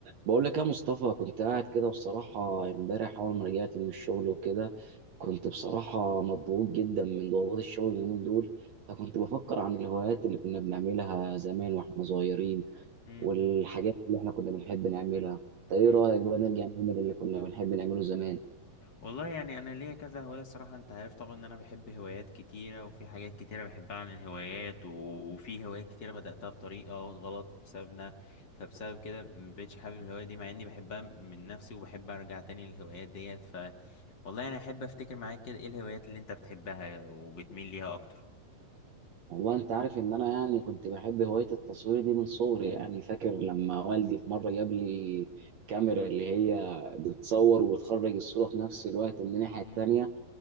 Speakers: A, on the right; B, on the left.
A: بقول لك يا مصطفى كنت قاعد كده بصراحة امبارح أول ما رجعت من الشغل وكده كنت بصراحة مضغوط جدا من ضغوطات الشغل اليومين دول فكنت بفكر عن الهوايات اللي كنا بنعملها زمان واحنا صغيرين
B: مم.
A: والحاجات اللي احنا كنا بنحب نعملها طيب ايه
B: مم.
A: رأيك بقى نرجع نعمل اللي كنا بنحب نعمله زمان
B: والله يعني انا ليا كذا هوايه صراحه انت عارف طبعا ان انا بحب هوايات كتيره وفي حاجات كتيره بحبها عن الهوايات و- وفي هوايات كتيره بداتها بطريقه غلط بسببنا فبسبب كده مبقتش حابب الهوايه دي مع اني بحبها من نفسي وبحب ارجع تاني للهوايات ديت ف والله انا احب افتكر معاك كده ايه الهوايات اللي انت بتحبها وبتميل ليها اكتر
A: والله انت عارف ان انا يعني كنت بحب هواية التصوير دي من صغري يعني فاكر لما والدي في مرة جاب لي كاميرا اللي هي بتصور وتخرج الصورة في نفس الوقت من الناحية
B: مم.
A: التانية